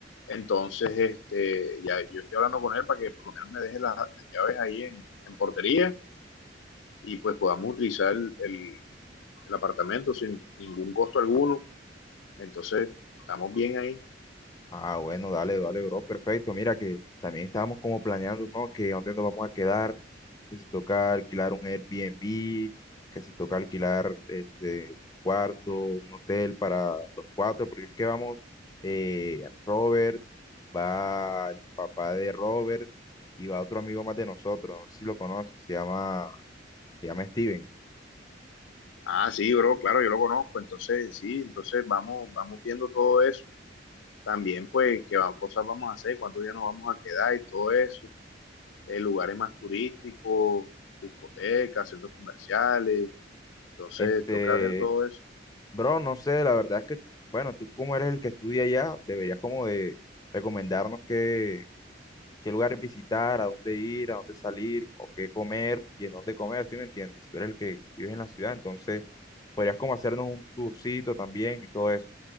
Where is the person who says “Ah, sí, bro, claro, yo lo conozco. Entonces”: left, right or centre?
Left